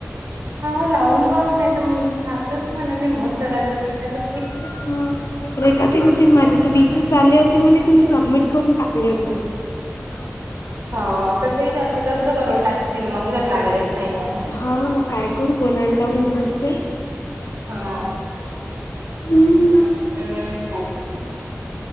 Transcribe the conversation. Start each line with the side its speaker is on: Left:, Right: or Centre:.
Right: हा लावून बघ नाही. तर सांग तस मला मी मग सरांना विचारते.
Left: हम्म. रेखा ताई म्हणते माझे तर वीसंच झाले होते म्हणे ते मी सबमिट करून टाकले होते म्हणते ह <inaudible>
Right: हो तसही चालत, तस करून टाकशील मग जर लागलेच नाही तर.
Left: हो मग काय करू कोणाला लावू दुसरं.
Right: हाम्
Left: हम्म
Right: <inaudible>